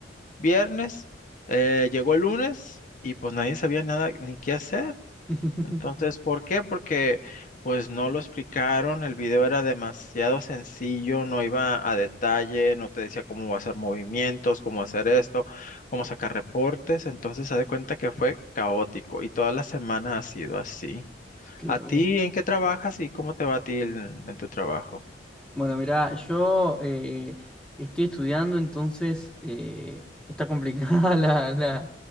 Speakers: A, on the left; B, in the centre.
A: viernes, eh, llegó el lunes y pues nadie sabía nada ni qué hacer.
B: <laughs>
A: Entonces, ¿por qué? Porque pues no lo explicaron, el video era demasiado sencillo, no iba a detalle, no te decía cómo hacer movimientos, cómo hacer esto, cómo sacar reportes, entonces se de cuenta que fue caótico y toda la semana ha sido así.
B: Claro.
A: ¿A ti en qué trabajas y cómo te va a ti en, en tu trabajo?
B: Bueno, mira, yo eh, estoy estudiando, entonces eh, está complicada <laughs> la, la-